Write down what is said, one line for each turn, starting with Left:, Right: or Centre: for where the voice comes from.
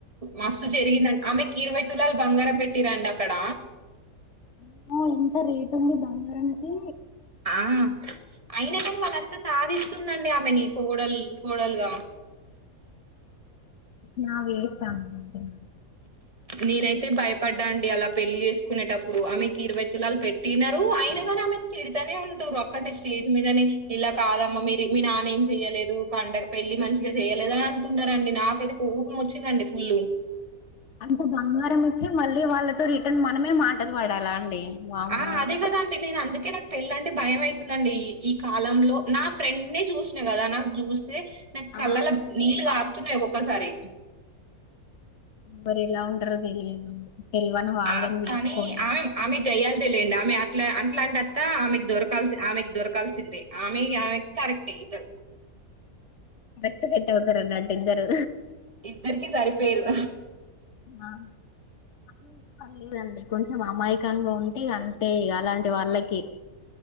Right: మస్తు జరిగిందండి ఆమె కీ ఇరవై తులాలు బంగారం పెట్టిరండి అక్కడ
Left: అమ్మో ఎంత రేట్ ఉంది బాంగారానికి
Right: ఆ అయినా కానీ వాళ్ళ అత్త సాధిస్తుందండి ఆమెని కోడలు కోడలుగా
Left: నా వేస్ట్ ప్యామిలి
Right: నేనైతే భయపడ్డా అండి అలా పెళ్లి చేసుకునేటప్పుడు ఆమెకి ఇరవై తులాలు పెట్టినారు అయిన గాని ఆమె తిడతనే ఉంట ఒక్కటి స్టేజ్ మీదని ఇలా కాదమ్మా మీరు మీ నాన్న ఏం చెయ్యలేదు లు పండగ పెళ్ళి మంచిగా చేయలేదా అంటున్నారండి నాకైతే కోపం వచ్చిందండి ఫుల్
Left: అంతా బంగారం ఇచ్చి మళ్ళీ వాళ్ళతో రిటర్న్ మనమే మాటలు పడాలా అండి వామ్మో
Right: ఆ అదే కదండి నేను అందుకే నాకు పెళ్ళి అంటే భయం అవుతుందండి ఈ కాలంలో నా ఫ్రెండ్ నే చూసిన కదా నాకు చూస్తే నాకు
Left: ఆ
Right: కళ్ళలో నీళ్లు కారు తున్నాయి ఒక్కొక్కసారి
Left: మరి ఎలా వుంటరో తెలియదు తెల్వని వాళ్ళని
Right: ఆ
Left: చేసుకొని
Right: కానీ ఆమె ఆమె గయ్యాలి దేలేండి ఆమె అట్లా అట్లాంటి అత్త ఆమె దొరకాల్సి ఆమెకి దొరకాల్సిందే ఆమె ఆమెకి కరెక్టే ఇద్దరు
Left: బెస్ట్ సెట్టు అవుతారు అండి వాళ్ళ ఇద్దరు
Right: ఇద్దరికి సరిపోయరు
Left: ఆ అయితే పర్లేదండి కొంచెం అమాయకంగా ఉంటే అంతే ఇగా అలాంటి వాళ్ళకి